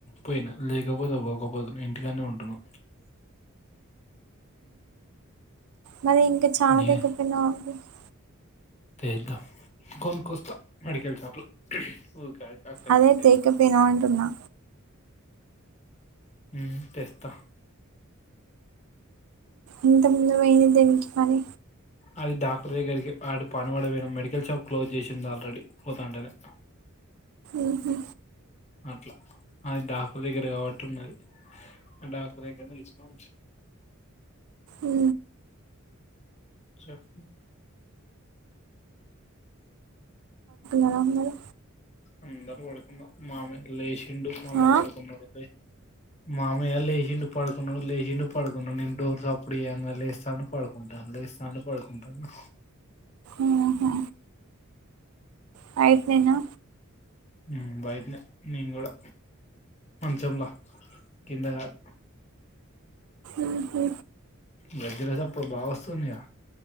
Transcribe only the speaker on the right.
మరి ఇంకా
<unintelligible>
అదే
తెకపోయినావు
అంటున్నా
ఇంతకు ముందు వేయలేదేంటి మరి
ఉహు.
ఉ
ఎలా ఉన్నది
ఆ
ఉహ బైట్నేనా
ఉహు